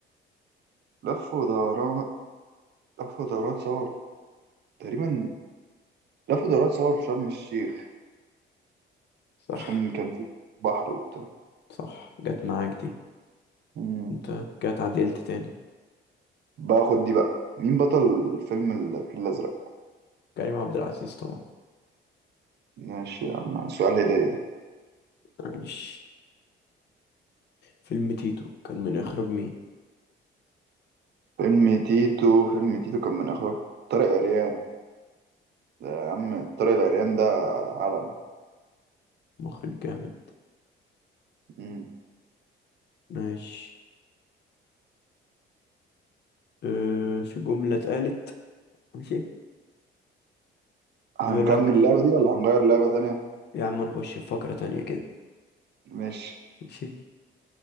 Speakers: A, on the right (about 55°); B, on the left (about 60°).
A: لف ودوران لف ودوران صور تقريبا لف ودوران صور في شرم الشيخ
B: صح
A: عشان كان في بحر وبتاع
B: صح جت معاك دي
A: مم.
B: انت كده اتعدلت تاني
A: بقى خد دي بقى مين بطل فيلم الفيل الأزرق؟
B: كريم عبد العزيز طبعا
A: ماشي يا عم سؤال هداية ده
B: ماشي فيلم تيتو كان من اخراج مين
A: فيلم تيتو فيلم تيتو كان من إخراج طارق عريان ده يا عم طارق العريان ده علم
B: مخرج جامد
A: مم.
B: ماشي أه في جملة اتقالت ماشي
A: هنكمل
B: يقول لك
A: اللعبة دي ولا هنغير لعبة تانية؟
B: يا عم نخش في فقرة تانية كده
A: ماشي
B: ماشي